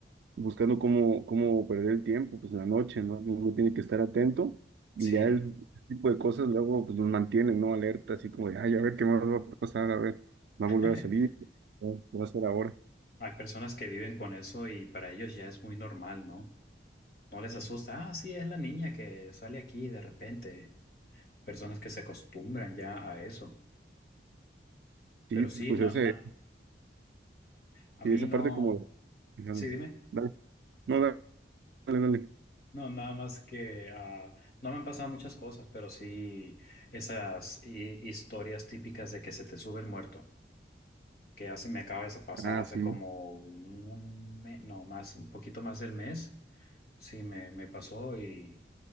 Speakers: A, on the right (about 75°); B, on the left (about 55°).
A: buscando cómo, cómo perder el tiempo, pues en la noche, ¿no? Uno tiene que estar atento y
B: sí.
A: ya es- ese tipo de cosas luego pues nos mantienen, ¿no? Alerta, así como de, ay, a ver qué más va a pasar, a ver, va
B: <laughs>
A: a volver a salir, ¿no? ¿qué va a hacer ahora?
B: Hay personas que viven con eso y para ellos ya es muy normal, ¿no? No les asusta. Ah, sí, es la niña que sale aquí de repente. Personas que se acostumbran ya a eso.
A: Sí,
B: Pero sí,
A: pues
B: no,
A: ese,
B: no, a
A: sí,
B: mí
A: esa
B: no.
A: parte como, de- dale,
B: Sí, dime.
A: dale. no, dale, dale.
B: No, nada más que ah, no me han pasado muchas cosas, pero sí esas hi- historias típicas de que se te sube el muerto, que hace, me acaba de pasar
A: Ah,
B: hace
A: sí.
B: como un mes, no, más, un poquito más del mes, sí me, me pasó y